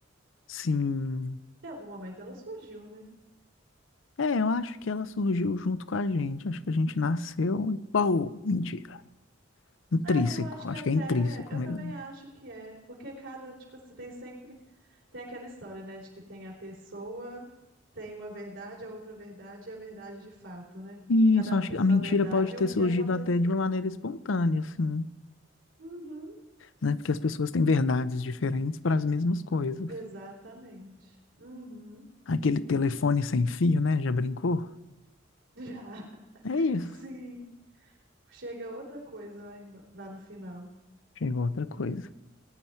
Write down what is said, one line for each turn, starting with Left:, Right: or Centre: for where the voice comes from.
Left: Sim.
Right: Em algum momento ela surgiu, né?
Left: É, eu acho que ela surgiu junto com a gente. Acho que a gente nasceu e pau, mentira. Intrínseco,
Right: É, eu acho que
Left: acho
Right: até,
Left: que é intrínseco
Right: eu
Left: mesmo.
Right: também acho que é, porque cada, tipo assim, tem sempre, tem aquela história, né, de que tem a pessoa, tem uma verdade, a outra verdade e a verdade de fato, né?
Left: E
Right: Cada
Left: Isso, acho
Right: um tem
Left: que a
Right: sua
Left: mentira
Right: verdade
Left: pode ter
Right: e o que
Left: surgido
Right: aconteceu.
Left: até de uma maneira espontânea, assim,
Right: Uhum,
Left: né? Porque as pessoas têm verdades diferentes para as mesmas coisas.
Right: exatamente. Uhum,
Left: Aquele telefone sem fio, né? Já brincou?
Right: já.
Left: É
Right: <laughs>
Left: isso.
Right: Sim, chega outra coisa lá, em- lá no final.
Left: Chegou outra coisa.